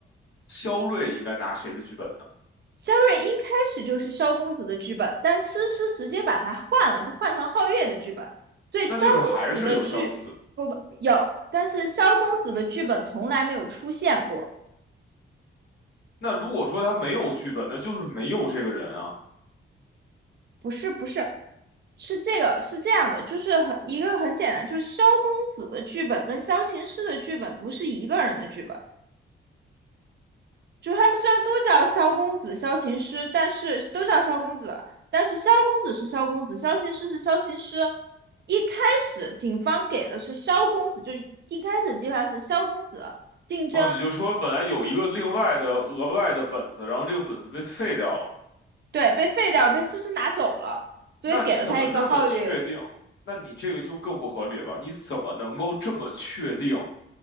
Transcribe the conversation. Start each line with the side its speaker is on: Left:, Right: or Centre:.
Left: 萧睿应该拿谁的剧本呢？
Right: 肖瑞一开始就是萧公子的剧本，但诗诗直接把他换了，就换成皓月的剧本。所以萧公子的剧不不有，
Left: 那就是还是有萧公子。
Right: 但是萧公子的剧本从来没有出现过。
Left: 那如果说他没有剧本，那就是没有这个人啊。
Right: 不是不是，是这个是这样的，就是很一个很简单，就是萧公子的剧本跟萧琴诗的剧本不是一个人的剧本。就是他们虽然都叫萧公子、萧琴师，但是都叫萧公子，但是萧公子是萧公子，萧琴师是萧琴师。一开始警方给的是萧公子，就一开始计划是萧公子竞争，
Left: 哦，你就说本来有一个另外的额外的本子，然后这个本子被废掉了。
Right: 对，被废掉了，被思思拿走了，所以给了他一个皓月，
Left: 那你怎么那么确定？那你这个就更不合理了。你怎么能够这么确定